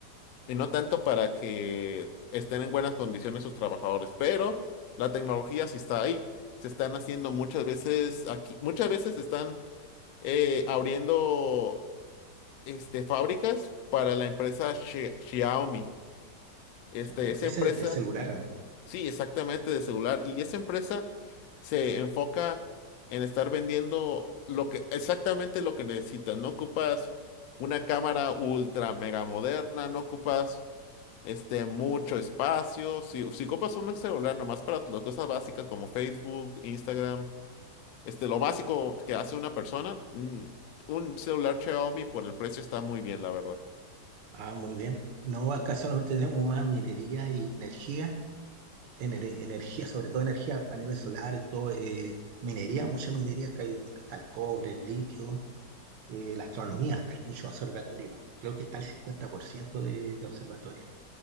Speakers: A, on the left; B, on the right.
A: y no tanto para que estén en buenas condiciones sus trabajadores. Pero la tecnología sí está ahí. Se están haciendo muchas veces aquí, muchas veces están eh, abriendo. este, fábricas para la empresa Xi- Xiaomi. Este,
B: Xiaomi.
A: esa
B: Ese
A: empresa,
B: es de celular, ¿o no?
A: sí, exactamente de celular. Y esa empresa se enfoca en estar vendiendo lo que, exactamente lo que necesitas. No ocupas una cámara ultra mega moderna, no ocupas este, mucho espacio. Si, si ocupas un celular nomás para las cosas básicas como Facebook, Instagram, este, lo básico que hace una persona, mm, un celular Xiaomi por el precio está muy bien, la verdad.
B: Ah, muy bien. No, acá solamente tenemos más minería y energía, ener- energía, sobre todo energía, paneles solares, todo, eh, minería, mucha minería, acá hay- está el cobre, el litio, eh, la astronomía, acá hay muchos observatorios, creo que está el 50% de, de observatorios.